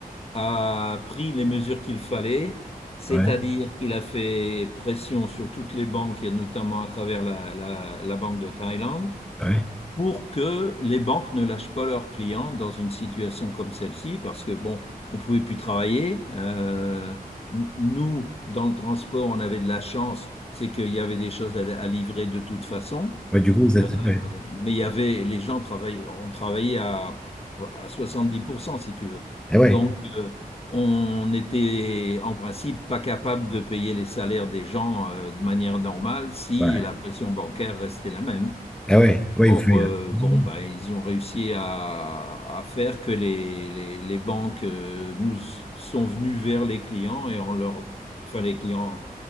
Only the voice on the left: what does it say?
a pris les mesures qu'il fallait, c'est-à-dire
qu'il a fait pression sur toutes les banques, et notamment à travers la, la- la Banque de Thaïlande,
pour que les banques ne lâchent pas leurs clients dans une situation comme celle-ci, parce que bon, on pouvait plus travailler. Euh, n- nous, dans le transport, on avait de la chance, c'est qu'il y avait des choses à, à livrer de toute façon,
Euh,
mais il y avait les gens travaillaient, on travaillait à, à 70% si tu veux.
Donc euh, on était en principe pas capable de payer les salaires des gens euh, de manière normale si
la pression bancaire restait la même.
Or,
euh,
bon, ben, ils ont réussi à, à faire que les, les, les banques euh, nous s- sont venues vers les clients et en leur, enfin les clients